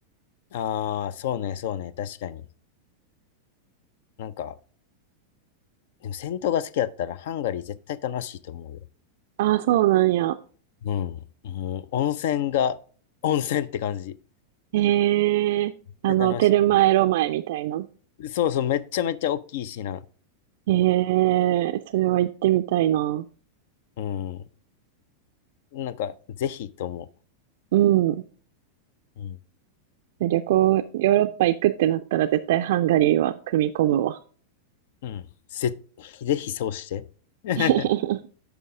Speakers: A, on the left; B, on the right.
A: ああ、そうね、そうね、確かに。なんか、でも銭湯が好きだったらハンガリー絶対楽しいと思うよ。
B: ああ、そうなんや。
A: うん。もう温泉が、温泉って感じ。
B: へえ、あの、
A: 絶対楽しいと思
B: テルマエロマエみたいな。
A: う。そうそう、めっちゃめちゃ大きいしな。
B: へえ、それは行ってみたいな。
A: うん。なんか、ぜひと思
B: うん。
A: う。うん。
B: 旅行、ヨーロッパ行くってなったら絶対ハンガリーは組み込むわ。
A: うん。ぜ、ぜひそうして。<laughs>
B: <laughs>